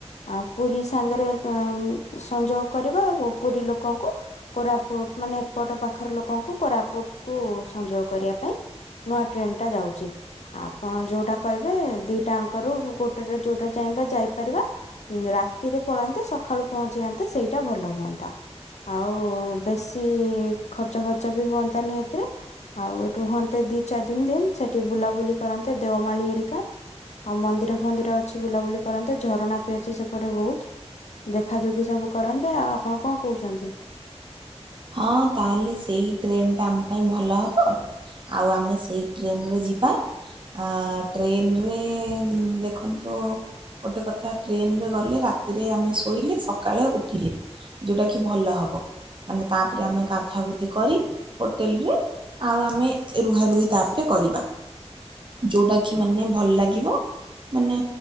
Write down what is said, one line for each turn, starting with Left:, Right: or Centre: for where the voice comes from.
Left: ଆ, ପୁରୀ ସାଙ୍ଗରେ କଂ-ସଂଯୋଗ କରିବା ଆଉ ପୁରୀ ଲୋକଙ୍କୁ କୋରାଫୁ ମାନେ ଏପଟ ପାଖର ଲୋକଙ୍କୁ କୋରାପୁଟ କୁ ସଂଯୋଗ କରିବା ପାଇଁ ନୂଆ ଟ୍ରେନ୍ ଟା ଯାଉଛି। ଆ ପଣ ଯୋଉଟା କହିବେ ଦିଟାଙ୍କରୁ ଗୋଟେ ରେ ଯୋଉଟା ଚାହିଁବେ ଯାଇପାରିବା, ଉଁ, ରାତିରେ ପଳାନ୍ତେ ସଖାଳୁ ପହଞ୍ଚି ଯାଆନ୍ତେ, ସେଇଟା ଭଲ ହୁଅନ୍ତା ଆଉ ବେଶୀ ଖର୍ଚ୍ଚ ଫର୍ଚ ବି ହୁଅନ୍ତାନି ଏଥିରେ ଆଉ ରୁହନ୍ତେ ଦି ଚାରି ଦିନ ଦିନ ସେଠି ବୁଲାବୁଲି କରନ୍ତେ ଦେଓମାଳୀ ହେରିକା, ଆଉ ମନ୍ଦିର ଫନ୍ଦିର ଅଛି ବୁଲାବୁଲି କରନ୍ତେ ଝରଣା ବି ଅଛି ସେପଟ ବହୁତ, ଦେଖା ଦୁଖି ସବୁ କରନ୍ତେ, ଆଉ ଆପଣ କଣ କହୁଚନ୍ତି?
Right: ହଁ ତାହେଲେ ସେଇ ଟ୍ରେନଟା ଆମ ପାଇଁ ଭଲ ହବ। ଆଉ ଆମେ ସେଇ ଟ୍ରେନରେ ଯିବା। ଆଁ ଟ୍ରେନରେ ଦେ ଖନ୍ତୁ ଗୋଟେ କଥା ଟ୍ରେନ ରେ ଗଲେ ରାତିରେ ଆମେ ଶୋଇଲେ ସକାଳେ ଉଠିଲେ ଯୋଉଟାକି ଭଲ ହବ। ମାନେ ତାପରେ ଆମେ ଗାଧୁଆ ଗୁଧି କରି ହୋଟେଲରେ ଆଉ ଆମେ ରୁହା ରୁହି ତାପରେ କରିବା। ଯୋଉଟା କିି ମାନେ ଭଲ ଲାଗିବ। ମାନେ